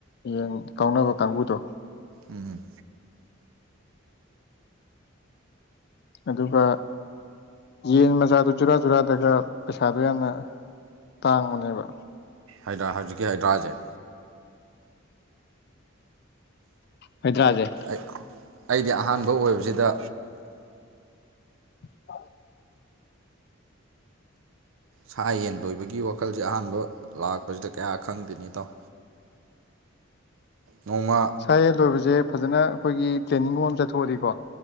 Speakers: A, on the left (about 50°); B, on the right (about 75°).
A: ꯌꯦꯡ ꯀꯥꯎꯅꯕ ꯀꯥꯡꯕꯨꯗꯣ
B: ꯎꯝ
A: ꯑꯗꯨꯒ ꯌꯦꯟ ꯃꯆꯥꯗꯨ ꯆꯨꯔꯥ ꯆꯨꯔꯥꯗꯒ ꯄꯩꯁꯥꯗꯣ ꯌꯥꯝꯅ ꯇꯥꯡꯕꯅꯦꯕ
B: ꯍꯥꯏꯗ꯭ꯔꯥ ꯍꯧꯖꯤꯛꯀꯤ ꯍꯥꯏꯗ꯭ꯔꯥꯁꯦ
A: ꯍꯩꯗ꯭ꯔꯥꯁꯦ
B: ꯑꯩ ꯑꯩꯗꯤ ꯑꯍꯥꯟꯕ ꯑꯣꯏꯕꯁꯤꯗ
A: <inaudible>
B: ꯁꯥ ꯌꯦꯟ ꯂꯣꯏꯕꯒꯤ ꯋꯥꯈꯜꯁꯦ ꯑꯍꯥꯟꯕ ꯂꯥꯛꯄꯁꯤꯗ ꯀꯌꯥ ꯈꯪꯗꯦꯅꯦ ꯏꯇꯥꯎ ꯅꯣꯡꯃ
A: ꯁꯥꯥ ꯌꯦꯟ ꯂꯣꯏꯕꯁꯦ ꯐꯖꯅ ꯑꯩꯈꯣꯏꯒꯤ ꯇ꯭ꯔꯦꯅꯤꯡ ꯒꯨꯝꯕ ꯑꯃ ꯆꯠꯊꯣꯛ ꯑꯗꯤꯀꯣ